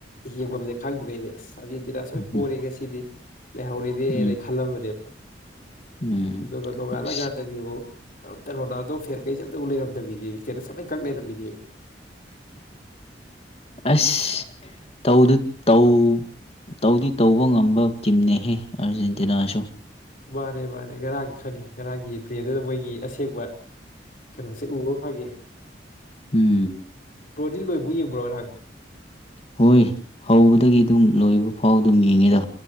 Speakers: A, on the left (about 50°); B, on the left (about 35°).
A: ꯌꯦꯡꯐꯝꯁꯦ ꯈꯪꯗ꯭ꯔꯦꯅꯦ ꯑꯁ ꯑꯔꯖꯤꯟ ꯁꯤꯅ ꯑꯁꯣꯏ ꯄꯣꯔꯤꯒ
B: ꯎꯝ
A: ꯁꯤꯗꯤ ꯂꯩꯍꯧꯔꯦꯅꯦꯅ
B: ꯎꯝ
A: ꯑꯩ ꯈꯜꯂꯝꯕꯅꯦꯕ
B: ꯎꯝ
A: ꯑꯗꯨꯒ ꯅꯣꯡꯉꯥꯜꯂ
B: ꯑꯁ
A: ꯒꯥꯟꯗꯗꯤ ꯑꯃꯨꯝ ꯑꯥꯞꯇ꯭ꯔ ꯔꯣꯅꯥꯟꯗꯣ ꯐꯦꯜ ꯀꯩꯁꯤ ꯂꯩꯔꯝꯗꯕꯤꯅꯦꯃꯦ ꯢꯁꯇꯦꯇꯥꯁ ꯀꯥꯛ ꯂꯩꯔꯝꯕꯤꯅꯦꯃꯦ
B: ꯑꯁ ꯇꯧꯗꯨ ꯇꯧ ꯇꯧꯗꯤ ꯇꯧꯕ ꯉꯝꯕ ꯇꯤꯝꯅꯦꯍꯦ ꯑꯥꯔꯖꯦꯟꯇꯤꯅꯥꯁꯨ
A: ꯃꯥꯅꯦ ꯃꯤꯅꯦ ꯉꯥꯔꯥꯡ ꯈꯪꯉꯦ ꯄ꯭ꯔꯦꯗꯨꯗ ꯃꯣꯏꯒꯤ ꯑꯁꯦꯡꯕ ꯀꯩꯅꯣꯁꯦ ꯎꯕ ꯐꯪꯉꯦ
B: ꯎꯝꯝ
A: ꯕ꯭ꯔꯣꯗꯤ ꯂꯣꯏꯕꯧ ꯌꯦꯡꯕ꯭ꯔꯣ ꯉꯔꯥꯡ
B: ꯍꯣꯏ ꯍꯧꯕꯗꯒꯤ ꯑꯗꯨꯝ ꯂꯣꯏꯕ ꯐꯥꯎ ꯑꯗꯨꯝ ꯌꯦꯡꯉꯤꯗ